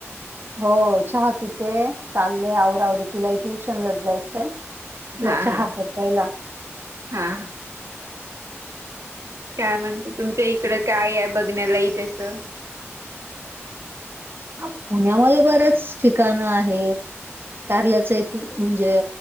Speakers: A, on the right (about 45°); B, on the right (about 85°).
A: हो चहा पितेय चाललेय आवरा आवरी तिलाही ट्युशनलाच जायचंय. म्हटलं
B: हा
A: चहा
B: -हा
A: कर पहिला.
B: -हा काय म्हणत तुमच्या इकड काय आहे बघण्यालाईक असं
A: हा पुण्यामध्ये बरेच ठिकाणं आहेत कारल्याच इथुन म्हणजे